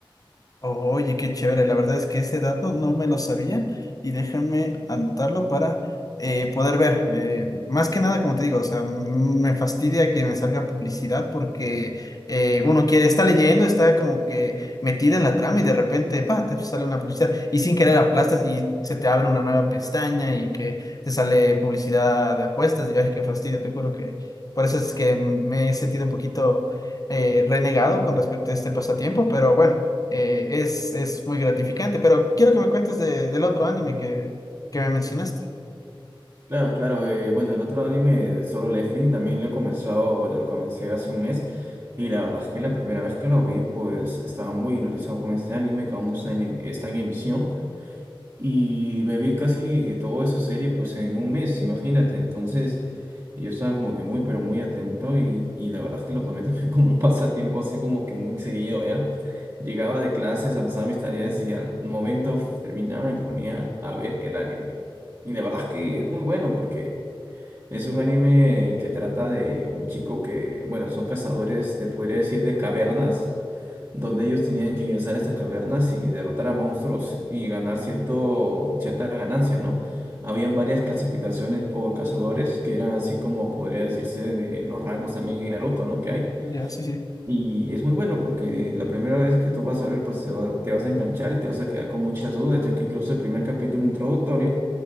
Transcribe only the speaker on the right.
Claro, claro, eh, bueno, el otro anime de Solo Leveling también lo he comenzado, bueno, lo comencé hace un mes y la verdad es que la primera vez que lo vi, pues estaba muy hipnotizado con este anime que aún está en, está en emisión. Y me vi casi toda esa serie pues en un mes, imagínate. Entonces yo estaba como que muy, pero muy atento y, y la verdad es que lo tomé también <laughs> como un pasatiempo así como que muy seguido, ¿ya? Llegaba de clases, avanzaba mis tareas y al momento f- terminaba me ponía a ver el anime. Y la verdad es que es muy bueno porque es un anime que trata de un chico que, bueno, son cazadores, de, podría decir, de cavernas donde ellos tenían que ingresar a estas cavernas y derrotar a monstruos y ganar cierto, cierta ganancia, ¿no? Habían varias clasificaciones por cazadores, que eran así como podría decirse de los rangos también en Naruto, ¿no? Que hay.
Y es muy bueno porque la primera vez que tú vas a ver, pues te va- te vas a enganchar y te vas a quedar con muchas dudas, ya que incluso el primer capítulo introductorio